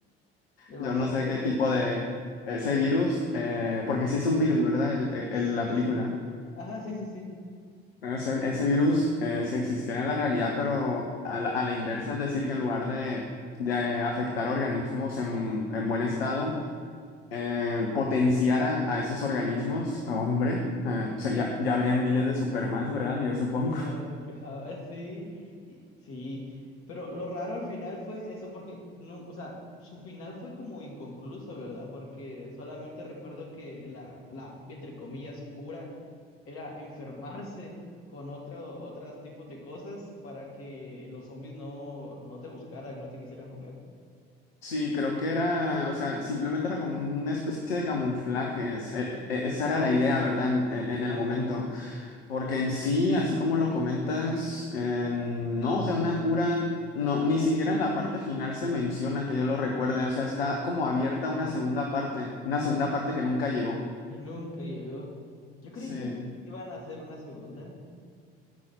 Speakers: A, on the left; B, on the left.
A: Demasiada,
B: Yo no sé
A: demasiada.
B: qué tipo de ese virus, eh, porque sí es un virus, ¿verdad? El-
A: Sí.
B: el- la película.
A: Ajá, sí, sí, sí.
B: Ese, ese virus, eh, si existiera en la realidad, pero a la, a la inversa, es decir, que en lugar de, de afectar organismos en, en buen estado, eh, potenciara a esos organismos, hombre, eh, o sea, ya, ya habrían miles de Supermans, ¿verdad? Yo supongo.
A: Casi,
B: <laughs>
A: casi, <laughs> sí, y- sí, pero lo raro al final fue eso, porque no, o sea, su final fue como inconcluso, ¿verdad? Porque solamente recuerdo que la, la, entre comillas, cura era enfermarse con otro, otros tipos de cosas para que los zombies no, no te buscaran, no te quisieran comer.
B: Sí, creo que era, o sea, simplemente era como una especie de camuflajes. e- e- esa era la idea, ¿verdad? En, en- en
A: Ajá,
B: el momento. Porque en sí, así como lo comentas, eh, no, o sea, una cura, no, ni siquiera en la parte final se menciona que yo lo recuerde, o sea, está como abierta una segunda parte, una segunda parte que nunca llegó.
A: que nunca llegó. Yo creí
B: Sí,
A: que sí iban a hacer una segunda,